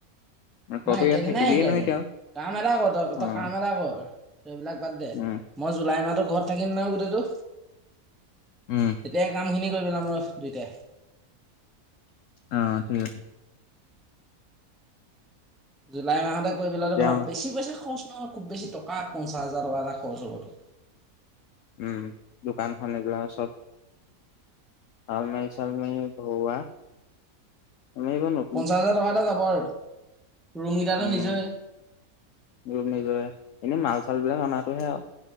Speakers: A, on the left (about 65°); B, in the centre.
A: তইতো
B: মই একেদিনাই
A: ইয়াত থাকিবিয়ে
B: শিকাই
A: নহয়
B: দিম।
A: এতিয়া
B: কাম এটা কৰ তই,
A: অ',
B: তই কাম এটা কৰ, তই সেইবিলাক বাদ দে।
A: উম,
B: মই জুলাই মাহটো ঘৰত থাকিম নহয় গোটেইটো।
A: উম।
B: গোটেই কামখিনি কৰি পেলাম আৰু দুয়োটাই।
A: অঁ, ঠিক আছে।
B: জুলাই মাহতে কৰি পেলোৱাটো
A: তেওঁ
B: ভাল। বেছি পইচা খৰচ নহয়, খুব বেছি টকা পঞ্চাছ হাজাৰ টকা এটা খৰচ হ'ব তোৰ।
A: উম, দোকানখন এইবিলাক চব- আলমাৰি -চালমাৰি ভৰোৱা। আমি বনো-
B: পঞ্চাশ হাজাৰ টকা এটা যাব আৰু। ৰুমকেইটা টো
A: উম,
B: নিজৰে।
A: ৰুম নিজৰে। এনেই মাল চালবিলাক অনাটোহে আৰু,